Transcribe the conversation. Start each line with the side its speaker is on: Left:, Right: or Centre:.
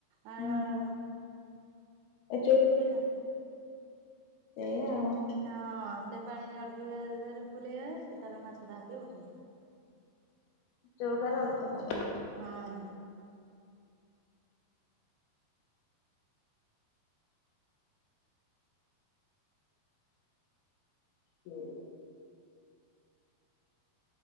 Right: ଆ
Left: ହୁଁ।
Right: ଏବେ
Left: ଏ
Right: ହୁଁ।
Left: ସେୟା ଆଉ।
Right: ହଁ ସେ ପାଣି ଅଳ୍ପିକାଦେହରେ ଫୁଲ ହେଇଗଲେ ସେ ତାର ମାଛ ଯାହାଥିବ ଉଠିବ।
Left: ଚଉକାରେ ଅଳ୍ପ ପାଣି।
Right: ହଁ।
Left: ପ୍ଲେଟେ।